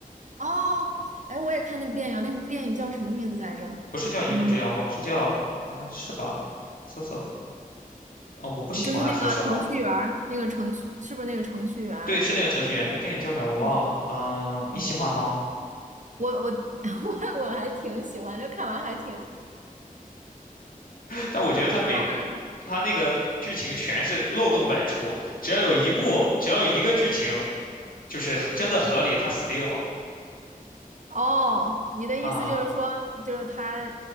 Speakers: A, on the right (about 55°); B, on the left (about 75°).
A: 哦，哎，我也看那部电影，那个电影叫什么名字来着？
B: 不是叫一步之遥吗？
A: 嗯。
B: 是叫好像是吧？搜索，呃，我不喜欢啊，
A: 就是那个程序员儿，
B: 说实话。
A: 那个程序是不是那个程序员儿
B: 对，是那个程序员，那电影叫啥我忘了。
A: 嗯
B: 嗯、你喜欢吗？
A: 嗯，我我 <laughs> 我我还挺喜欢，就看完还挺
B: 但我觉得他每部他那个剧情全是漏洞百出，
A: 看完。
B: 只要有一部，只要有一个剧情，就是真的合理，他死定了
A: 哦，你的意思就是说，
B: 啊！
A: 就是他，